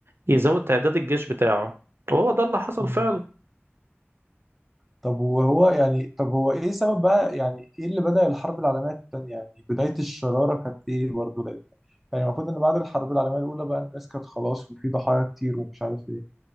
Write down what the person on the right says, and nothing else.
يزود تعداد الجيش بتاعه وهو ده اللي حصل
فعلا